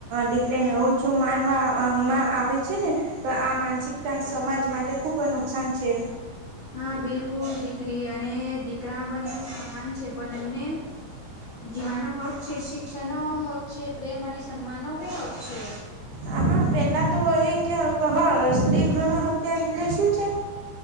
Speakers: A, on the right; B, on the left.
A: દીકરીને ઓછું માનવા માં આવે છે ને તો આ માનસિકતા સમાજ માટે ખૂબ નુકસાન છે
B: હા બિલકુલ દીકરી અને દીકરા બને સમાન છે બંને જીવાનો હક છે શિક્ષણ નો હક છે પ્રેમ અને સન્માન નો બે હક છે
A: હા પેલા તો એ કે ક શત્રી ભ્રણ હત્યા એટલે શું છે